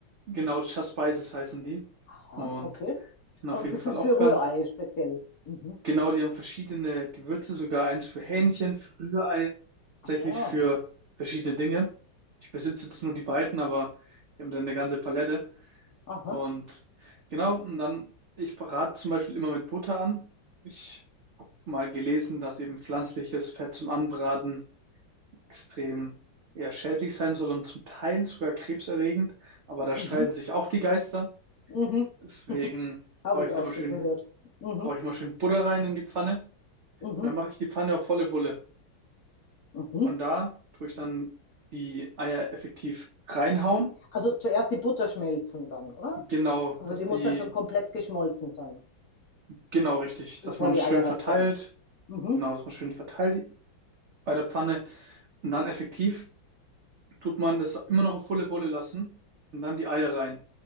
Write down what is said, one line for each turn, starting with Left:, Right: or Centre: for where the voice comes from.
Right: Genau, Just Spices heißen die.
Left: Aha,
Right: Und
Left: okay.
Right: die sind auf
Left: Und
Right: jeden
Left: das
Right: Fall
Left: ist
Right: auch
Left: für
Right: ganz
Left: Rührei speziell. Mhm.
Right: Genau, die haben verschiedene Gewürze, sogar eins für Hähnchen, für Rührei, tatsächlich
Left: Ah,
Right: für verschiedene Dinge. Ich besitze jetzt nur die beiden, aber die haben dann eine ganze Palette.
Left: aha.
Right: Und genau, und dann, ich rate zum Beispiel immer mit Butter an. Ich habe mal gelesen, dass eben pflanzliches Fett zum Anbraten extrem eher schädlich sein soll und zum Teil sogar krebserregend. Aber da
Left: Mhm.
Right: streiten sich auch die Geister.
Left: Mhm.
Right: Deswegen
Left: <laughs> Habe
Right: hau ich
Left: ich
Right: da
Left: auch
Right: mal
Left: schon
Right: schön,
Left: gehört. Mhm.
Right: hau ich immer schön Butter rein in die Pfanne.
Left: Mhm.
Right: Und dann mache ich die Pfanne auf volle Bulle.
Left: Mhm.
Right: Und da tue ich dann die Eier effektiv reinhauen.
Left: Also zuerst die Butter schmelzen dann, oder?
Right: Genau,
Left: Also
Right: dass
Left: die
Right: die,
Left: muss dann schon komplett geschmolzen sein,
Right: genau richtig, dass
Left: bevor
Right: man
Left: die
Right: das
Left: Eier
Right: schön verteilt.
Left: reinkommen. Mhm.
Right: Genau, dass man schön verteilt bei der Pfanne. Und dann effektiv tut man das immer noch auf volle Bulle lassen und dann die Eier rein.